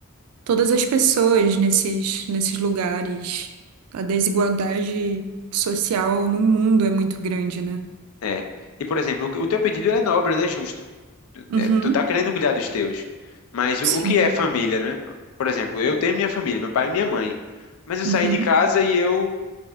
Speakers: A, on the right; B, on the left.
A: todas as pessoas nesses, nesses lugares. A desigualdade social no mundo é muito grande, né?
B: é. E, por exemplo, o, o teu pedido ele é nobre, ele é justo. Tu,
A: Uhum.
B: é, tu tá querendo cuidar dos teus. Mas o,
A: Sim.
B: o que é família, né? Por exemplo, eu tenho minha família, meu pai e minha mãe. Mas eu
A: Uhum.
B: saí de casa e eu